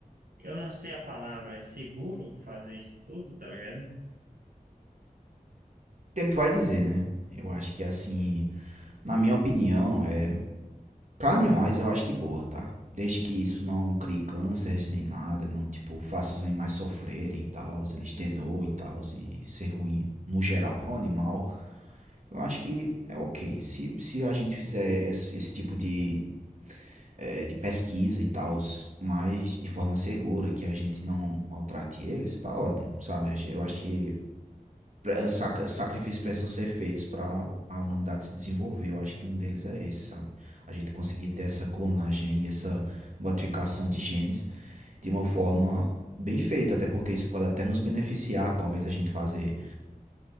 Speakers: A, on the right; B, on the right.
A: eu não sei a palavra, é seguro fazer isso tudo, tá ligado?
B: tempo vai dizer, né? Eu acho que, assim, na minha opinião, é... pra animais eu acho de boa, tá? Desde que isso não crie cânceres nem nada, não, tipo, faça os animais sofrerem e tal, eles ter dor e tal, e ser ruim no geral pra um animal, eu acho que é ok. Se, se a gente fizer esse, esse tipo de eh, de pesquisa e tal, mas de forma segura, que a gente não maltrate eles, tá ótimo, sabe? A gen- Eu acho que pre- sac- sacrifícios precisam ser feitos para a humanidade se desenvolver. Eu acho que um deles é esse, sabe? A gente conseguir ter essa clonagem aí, essa modificação de genes de uma forma bem feita, até porque isso pode até nos beneficiar, talvez a gente fazer